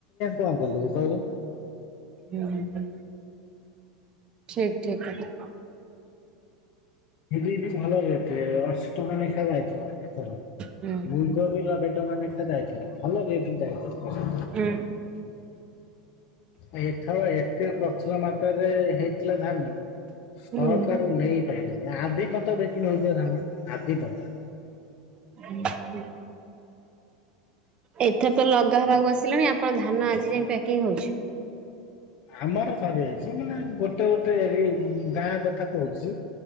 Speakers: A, on the left; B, on the right.
A: କଣ କଲୁ କହିବ।
B: ହୁଁ, ପା ଠିକ୍, ଠିକ୍ କଥା।
A: ସେ ଦିଏ ଭଲ ରେଟ୍ ଅଶୀ ଟଙ୍କା ଲେଖା ଯାଇଥିଲା। ଏଥର,
B: ହୁଁ
A: ମୁଲକୋବି ନବେ ଟଙ୍କା ଲେଖାଁ ଯାଇଥିଲା ।ଭଲ ରେଟ୍ ରେ ଯାଇଥିଲା
B: ହୁଁ।
A: ଏଥର ଏତେ ପ୍ରଚୁର ମାତ୍ରାରେ, ହେଇଥିଲା ଧାନ ସକାର
B: ହୁଁ
A: ନେଇପାରିଲେନି ଆଧିପନ୍ତ ଦେଖି ନଥ ଧାନେ ଆଧିପନ୍ତ।
B: ହୁଁ। ଏଥର ତ ଲଗା ହବାକୁ ଆସିଲାଣି ଆପଣ ଧାନ ଆଜି ଯାଇ ପକିଂ ହଉଛି।
A: ଆମର ସରିଯାଇଛି ମାନେ ଗୋଟେ ଗୋଟେ ଏ ଗାଁ ଗ କଥା କହୁଛି